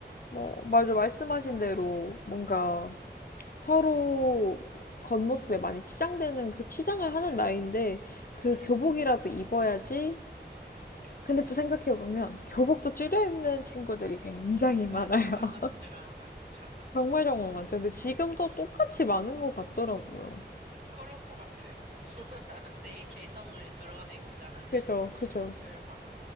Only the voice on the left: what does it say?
뭐, 맞아, 말씀하신 대로 뭔가 서로 겉모습에 많이 치장되는 그 치장을
하는 나이인데 그
교복이라도 입어야지. 근데 또 생각해보면 교복도 줄여 입는 친구들이 굉장히 많아요.
<laughs>
정말 정말 많죠. 근데 지금도
똑같이 많은 것 같더라고요.
그죠, 그죠.